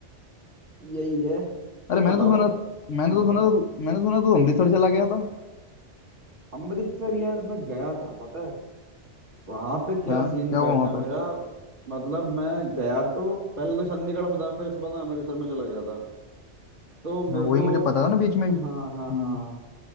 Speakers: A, on the right; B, on the left.
A: यही है
B: अरे
A: तुम
B: मैंने
A: बताओ
B: तो सुना मैंने
A: हाँ
B: तो सुना
A: बताओ
B: था तू- मैंने सुना तू अमृतसर चला गया था
A: अमृतसर यार मैं गया था पता है वहां पे क्या
B: हाँ
A: सीन
B: क्या हुआ
A: बैठा
B: वहाँ पे
A: मेरा मतलब मैं गया तो पहले तो चंडीगढ़ में था फिर उसके बाद मैं अमृतसर में चला गया था तो मेरे
B: हाँ, वही
A: को
B: मुझे पता था ना बीच में हम्म
A: हाँ हाँ हाँ